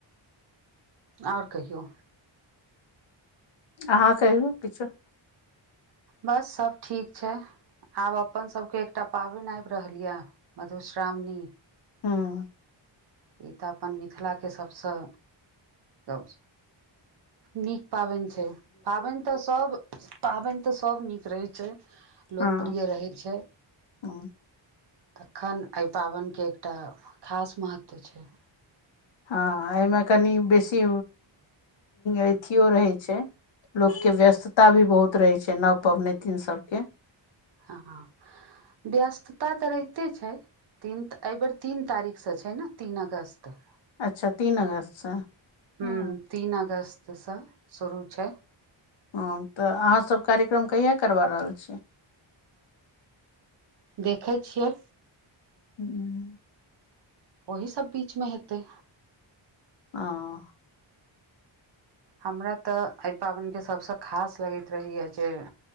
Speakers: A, on the right; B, on the left.
A: आओर कहियौ
B: अहाँ कहियू किछो
A: बस सब ठीक छै आब अपनसभके एकटा पाबनि आबि रहल यए मधुश्रावणी
B: हु
A: ई तऽ अपन मिथिलाके सभसँ गौ नीक पाबनि छै पाबनि तऽ सब पाबनि तऽ सभ नीक रहैत छै लोकप्रिय
B: हँ
A: रहैत छै
B: हम्म,
A: तखन एहि पाबनिके एकटा खास महत्व छै
B: हँ एहिमे कनि बेसी अथिियओ रहै छै लोकके व्यस्तता भी बहुत रहै छै नव पबनैतिन सबके
A: हँ हँ व्यस्तता तऽ रहिते छै तीन एहिबेर तीन तारीखसँ छै ने तीन अगस्त
B: अच्छा तीन अगस्तसँ
A: हूँ
B: ओ
A: तीन अगस्तसँ शुरू छै
B: हँ तऽ अहाँसभ कार्यक्रम कहिया करबा रहल छियै
A: देखै छियै
B: हू <unintelligible>
A: ओहि सब बीच मे हेतै
B: ह
A: हमरा तऽ एहि पाबनिके सभसँ खास लगैत रहैए जे